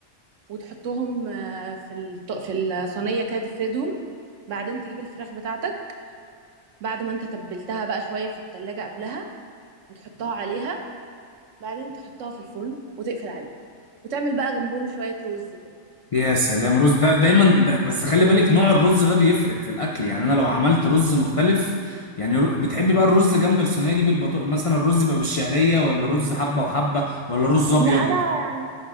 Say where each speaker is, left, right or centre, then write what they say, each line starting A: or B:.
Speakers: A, on the right; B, on the left.
A: وتحطهم آه، في الط- في الصينيه كده تفردهم بعدين تجيب الفراخ بتاعتك بعد ما انت تبلتها بقى شويه في التلاجة قبلها وتحطها عليها بعدين تحطها في الفرن وتقفل عليها وتعمل بقى جنبهم شويه رز كده
B: يا سلام رز ده دايما ده بس خلي بالك نوع الرز ده بيفرق في الاكل يعني انا لو عملت رز مختلف يعني رو- بتحبي بقى الرز جنب الصينيه دي بالبطو مثلا الرز بيبقى بالشعريه ولا رز حبه وحبه ولا رز ابيض
A: لا انا يعني